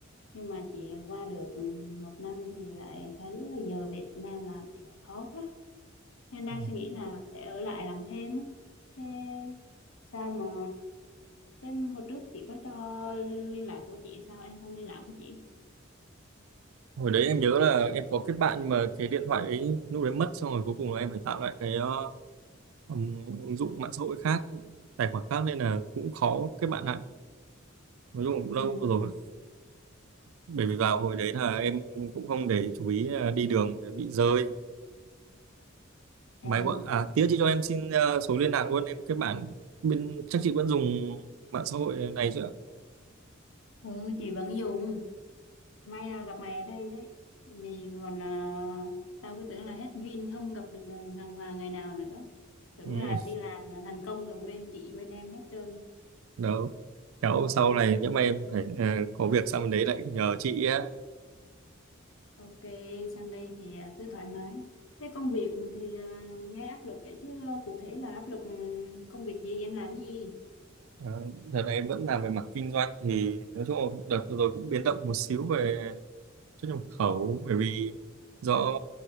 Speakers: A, on the left; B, on the right.
A: nhưng mà chị qua được ừ, một năm thì lại thấy giờ về Việt Nam làm thì lại khó quá nên đang
B: Ừ.
A: suy nghĩ là sẽ ở lại làm thêm á thế sao mà thế hồi trước chị có cho liên lạc của chị sao em không liên lạc với chị
B: hồi đấy em nhớ là em có kết bạn nhưng mà cái điện thoại ấy lúc đấy mất xong rồi cuối cùng là em phải tạo lại cái ờ, um, ứng dụng mạng xã hội khác tài khoản khác nên là cũng khó kết bạn lại nói chung cũng lâu
A: ừ
B: rồi bởi vì vào hồi đấy là em cũng không để chú ý là đi đường để bị rơi máy
A: em
B: gọi à tía chị cho em xin ờ, số liên lạc luôn em kết bạn bên chắc chị vẫn dùng mạng xã hội này chưa
A: ừ chị vẫn dùng May là gặp mày ở đây đấy. Thì còn à, tao cứ tưởng là hết duyên không gặp được thằng Hoàng ngày nào nữa. Tưởng
B: ừ,
A: là đi làm là thành công rồi quên chị quên em hết trơn.
B: đó kéo sau này nhỡ mà em phải ờ, có việc sang bên đấy lại nhờ chị á
A: Ok, sang đây thì à, cứ thoải mái. Thế công việc thì à, nghe áp lực vậy chứ à, cụ thể là áp lực ừ, công việc gì em làm cái gì?
B: Ờ, đợt này em vẫn làm về mặt kinh doanh thì nói chung là đợt vừa rồi cũng biến động một xíu về xuất nhập khẩu bởi vì do